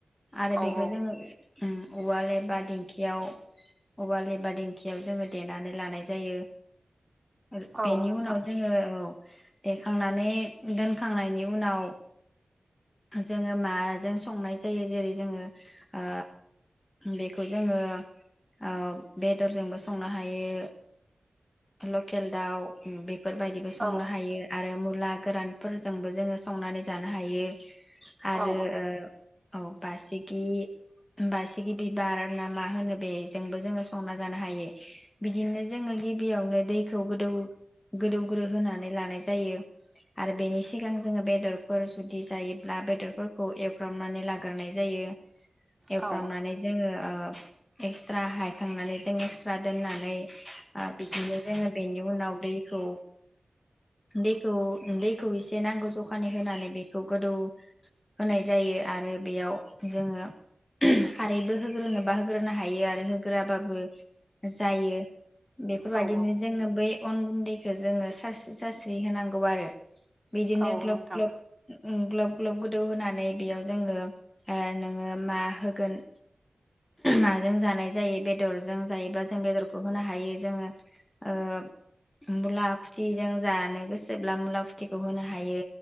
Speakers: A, on the left (about 20°); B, on the right (about 20°).
A: आरो
B: औ
A: बेखौ
B: औ
A: जोङो उम उवाल एबा दिंखियाव उवाल एबा दिंखियाव जोङो देनानै लानाय जायो। <unintelligible>
B: औ
A: बेनि
B: नोंथां
A: उनाव जों ओ औ देखांनानै दोनखांनायनि उनाव जोङो माजों संनाय जायो जेरै जोङो ओ बेखौ जोङो ओ बेदर जोंबो संनो हायो। लकेल दाव बेद बेफोर बायदिबो संनो
B: औ
A: हायो आरो मुला गोरानफोरजोंबो जोङो संनानै जानो हायो। आरो
B: औ
A: ओ औ बासिगि बासि बिबार ना मा होनो बेजोंबो जोङो संना जानो हायो। बिदिनो जोङो गिबियावनो दैखौ गोदौ गोदौग्रोहोनानै लानाय जायो आरो बेनि सिगां जोङो बेदरफोर जुदि जायोब्ला बेदरफोरखौ एवफ्रामनानै लाग्रोनाय जायो। एवफ्रामनानै
B: औ
A: जोङो ओ एक्सट्रा हायखांनानै जों एक्सट्रा दोननानै बिदिनो जोङो बेनि उनाव दैखौ दैखौ दैखौ एसे नांगौ जखानि होनानै बेखौ गोदौ होनाय जायो आरो बेयाव जोङो खारैबो होग्रोनोबा होग्रोनो हायो आरो होग्रोआबाबो जायो। बेफोरबायदिनो
B: औ
A: जोङो बै अन गुन्दैखौ जोङो सारस्रि सारस्रि होनांगौ आरो। बिदिनो
B: औ
A: ग्ल्ब
B: नोंथां
A: ग्ल्ब उम ग्लब ग्लब गोदौहोनानै बेयाव जोङो ओ जोङो मा होगोन माजों जानाय जायो बेदरजों जायोब्ला जों बेदरखौ होनो हायो जोङो ओ उम मुला फुथिजों जानो गोसोब्ला मुला फुथिखौ होनो हायो।